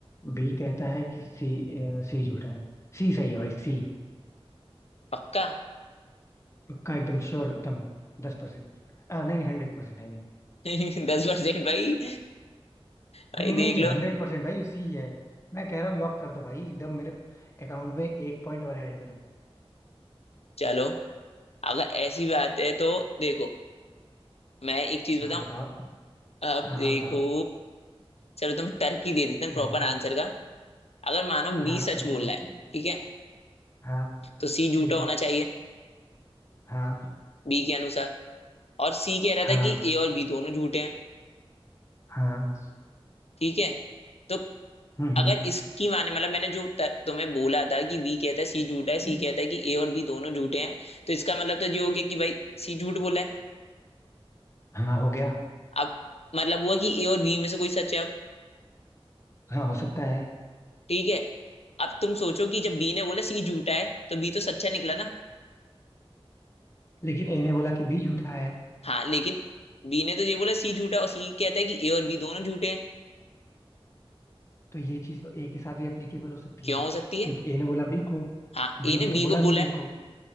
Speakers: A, on the left; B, on the left.
A: बी कहता है कि सी सी झूठा है सी सही है भाई सी
B: पक्का
A: पक्का एकदम श्योर एकदम दस परसेंट आ, नहीं नहीं हंड्रेड परसेंट आई मीन
B: <laughs> दस परसेंट भाई
A: नहीं
B: भाई
A: नहीं नहीं
B: देख
A: नहीं हंड्रेड
B: लो
A: परसेंट भाई सी है मैं कह रहा हूँ लॉक कर दो भाई एकदम मेरे अकाउंट में एक पॉइंट और ऐड करो
B: चलो अगर ऐसी बात है तो देखो मैं एक चीज
A: हाँ
B: बताऊं
A: बताओ
B: अब
A: हाँ
B: देखो
A: हाँ बताओ
B: चलो तुम्हें तर्क ही दे देते हैं
A: हम्म
B: प्रॉपर आंसर का अगर मानो
A: हाँ
B: बी सच
A: तर्क
B: बोल
A: दो
B: रहा है ठीक है
A: हाँ
B: तो सी झूठा
A: ठीक
B: होना
A: है
B: चाहिए
A: हाँ
B: बी के अनुसार और सी कह रहा
A: हाँ
B: था कि ए और बी दोनों झूठे हैं
A: हाँ
B: ठीक है तो
A: हम्म
B: अगर इसकी माने मतलब मैंने जो तर, तुम्हें बोला था कि बी कहता है सी झूठा है सी
A: हम्म।
B: कहता है कि ए और बी दोनों झूठे हैं तो इसका मतलब तो ये हो गया कि भाई सी झूठ बोला है
A: हाँ हो गया
B: अब मतलब हुआ कि ए और बी में से कोई सच है अब
A: हाँ हो सकता है
B: ठीक है अब तुम सोचो कि जब बी ने बोला सी झूठा है तो बी तो सच्चा निकला ना
A: लेकिन ए ने बोला कि बी झूठा है
B: हाँ लेकिन बी ने तो ये बोला सी झूठा है और सी कहता है कि ए और बी दोनों झूठे हैं
A: तो ये चीज तो ए के साथ भी एप्लीकेबल हो सकती
B: क्यों
A: है
B: हो सकती है
A: क्योंकि ए ने बोला बी को
B: हाँ ए
A: बी
B: ने
A: ने तो
B: बी
A: बोला
B: को
A: नहीं
B: बोला है
A: ए को